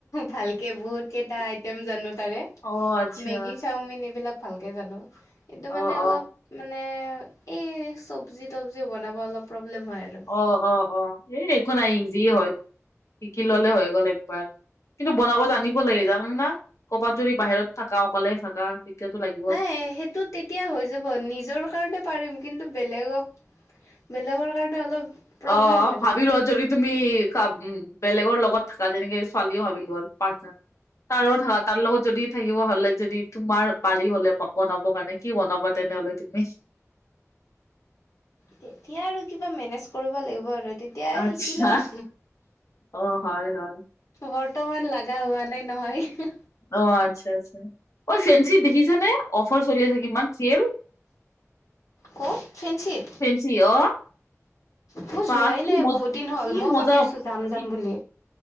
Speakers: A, on the left; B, on the left.
A: ভালকে বহুত কেইটা আইটেম জানো তাৰে
B: অ আচ্ছা
A: মেগী চাওমিন এইবিলাক তে জানো কিন্তু
B: অ
A: মানে অলপ
B: অ
A: মানে এই চব্জি তবজি বনাব অলপ প্ৰব্লেম হয় আৰু
B: অ অ অ এই একো নাই ইজি হয় শিকি ললে হৈ গ'ল একবাৰ কিন্তু বনাব জানিব লাগে জানা না ক'ৰবাত যদি বাহিৰত থাকা অকলে থাকা তেতিয়াটো লাগি
A: নাই সেইটো তেতিয়া হৈ যাব নিজৰ কাৰণে পাৰিম কিন্তু বেলেগক বেলেগৰ কাৰণে অলপ প্ৰব্লেম
B: অ
A: হয়
B: ভাবি
A: ন
B: ল যদি তুমি কা উম বেলেগৰ লগত থাকা যেনেকে ছোৱালীও ভাবিলো হ'ল পাৰ্টনাৰ তাৰো থাকা তাৰ লগত যদি থাকিব হলে যদি তোমাৰ বাৰী হলে ব বনাবৰ কাৰণে কি বনাবা তেনেহ'লে তুমি
A: তেতিয়া আৰু কিবা মেনেজ কৰিব লাগিব আৰু তেত তিয়া
B: আচ্ছা
A: শিকি লম
B: অ হয় হয়
A: বৰ্তমান লাগা হোৱা নাই নহয়
B: অ আচ্ছা আচ্ছা অ ফেঞ্চি দেখিছ নে অফাৰ চলি আছে কিমান চেয়েল
A: ক'ত ফেনঞ্চিত
B: ফেঞ্চি অ
A: মোৰ
B: বা
A: যোৱাই
B: কি
A: নাই
B: মজ
A: বহুত দিন হ'ল
B: কি
A: মই
B: মজা
A: ভাবি আছো যাম
B: কি
A: যাম বুলি